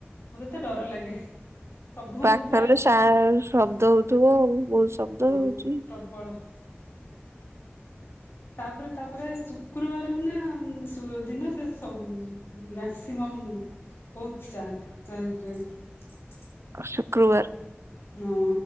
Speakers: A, on the left; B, on the right.
A: ମତେ ତ ଡର ଲାଗେ। ସବୁ
B: ପାଖରେ
A: ପୁରା
B: ସା ଶବ୍ଦ ହଉଥିବ ଆଉ ବହୁତ ଶବ୍ଦ
A: ହଁ
B: ହଉଛି।
A: ପ୍ରବଳ <inaudible> ତାପରେ, ତାପରେ ଶୁକ୍ରବାର ନା <unintelligible> ଦିନ ସେ ମ୍ୟାକ୍ସିମମ୍ ହୁଁ ବହୁତ୍ ଚାହାନ୍ତି ଯାଏ ଟ୍ରେନ।
B: ଶୁକ୍ରବାର,
A: ହଁ